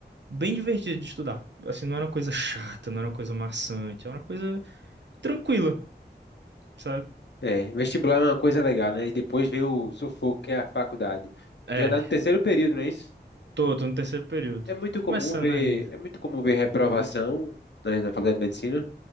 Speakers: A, on the right; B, on the left.
A: bem divertida de estudar. Assim, não era uma coisa chata, não era uma coisa maçante, era uma coisa tranquila, sabe?
B: É, vestibular é uma coisa legal, né? E depois vem o sufoco, que é a faculdade.
A: É,
B: Já tá no terceiro período, não é isso?
A: tô, tô no terceiro período.
B: É muito comum
A: Começando
B: ver,
A: ainda.
B: é muito comum ver reprovação na, na faculdade de medicina.